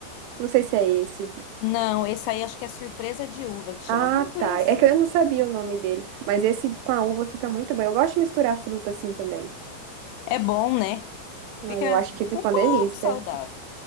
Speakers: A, on the right; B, on the left.
A: Não sei se é esse.
B: Não, esse aí acho que é surpresa de uva, que chama
A: Ah,
B: alguma coisa
A: tá.
B: assim.
A: É que eu não sabia o nome dele. Mas esse com a uva fica muito bom. Eu gosto de misturar fruta assim também.
B: É bom, né? Fica
A: Ai, eu acho que fica
B: um pouco
A: uma delícia.
B: saudável.